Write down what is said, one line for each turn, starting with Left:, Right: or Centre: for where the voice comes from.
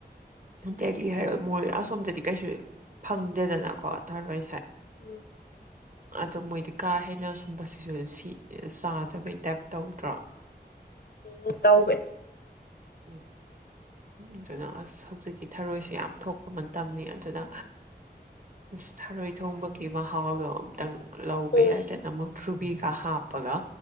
Right: ꯇꯦꯛꯂꯤ ꯍꯥꯏꯔꯣꯏ ꯃꯣꯏ ꯑꯁꯣꯝꯗꯗꯤ ꯀꯩꯁꯨ ꯐꯪꯗꯦꯗꯅꯀꯣ ꯊꯥꯔꯣꯏꯁꯦ
Left: ꯎꯝ
Right: ꯑꯗꯣ ꯃꯣꯏꯗꯤ ꯀꯥ ꯍꯦꯟꯅ ꯁꯨꯝꯕꯁꯤꯁꯨ ꯁꯤ ꯆꯥꯗꯕꯩ ꯇꯥꯏꯞ ꯇꯧꯗ꯭ꯔꯣ
Left: ꯎꯝ ꯇꯎꯑꯦ
Right: <unintelligible> ꯑꯗꯨꯅ ꯑꯁ ꯍꯧꯖꯤꯛꯇꯤ ꯊꯔꯣꯏꯁꯤ ꯌꯥꯝ ꯊꯣꯛꯄ ꯃꯇꯝꯅꯤ ꯑꯗꯨꯅ ꯑꯁ ꯊꯔꯣꯏ ꯊꯣꯡꯕꯒꯤ ꯃꯍꯥꯎꯗꯣ ꯑꯝꯇꯪ ꯂꯧꯕ
Left: ꯎꯝ
Right: ꯌꯥꯏꯗꯅ ꯑꯃꯨꯛ ꯊ꯭ꯔꯨꯕꯤꯒ ꯍꯥꯞꯄꯒ